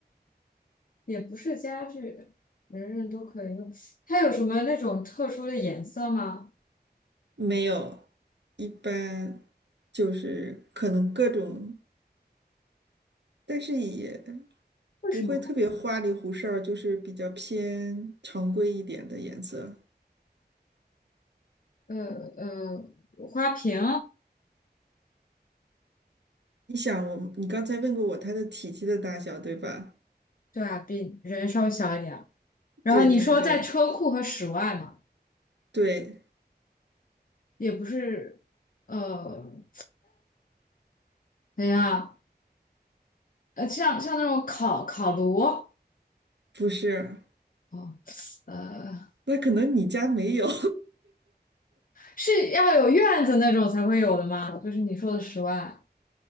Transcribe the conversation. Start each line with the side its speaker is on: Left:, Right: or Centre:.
Left: 也不是家具，人人都可以用。它有什么那种特殊的颜色吗？
Right: 没有，一般就是可能各种。但是也
Left: 为什么？
Right: 不会特别花里胡哨儿就是比较偏常规一点的颜色。
Left: 呃呃，花瓶，
Right: 你想我，你刚才问过我它的体积的大小，对吧？
Left: 对啊，比人稍微小一点。然后你说在车库和室外嘛，
Right: 对对对对，
Left: 也不是，呃，等一下，呃，像像那种烤烤炉，
Right: 不是，
Left: 哦，呃，
Right: 那可能你家没有，
Left: 是要有院子那种才会有的吗？就是你说的室外，